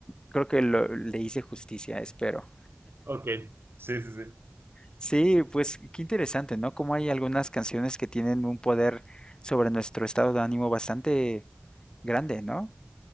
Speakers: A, on the left; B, on the right.
A: creo que lo- le hice justicia, espero.
B: Ok, sí, sí, sí.
A: Sí, pues qué interesante, ¿no? Como hay algunas canciones que tienen un poder sobre nuestro estado de ánimo bastante grande, ¿no?